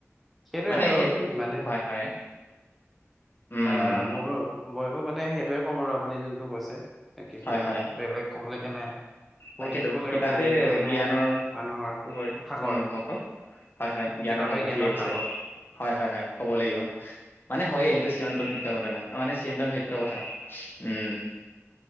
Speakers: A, in the centre; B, on the left.
A: সেইটোৱে
B: মানে
A: আৰু
B: সেইটো
A: ইমানে
B: হয় হয়। উম
A: আহ' মোৰ ময়ো মানে সেইটোয়ে কম আৰু আপুনি যোনটো কৈছে। একেইখিনিয়ে
B: হয় হয়
A: কম বেলেগ কবলৈকে নাই। পঢ়ি
B: তাকেতো
A: থাকিব লাগে
B: কিতাপে
A: পঢ়ি থাকিলে মানে
B: জ্ঞানৰ
A: মানুহৰ
B: পোহৰ।
A: সাগৰ
B: উম, কওঁক কওঁক। হয় হয় জ্ঞানৰ
A: কিতাপে
B: সাগৰ! ঠিকে কৈছে।
A: সাগৰ
B: হয় হয় হয়, ক'ব লাগিব মানে হয়েই এইটো চিৰন্তন সত্য ঘটনা। মানে চিৰন্তন
A: সেইটোৱে
B: সত্য কথা উম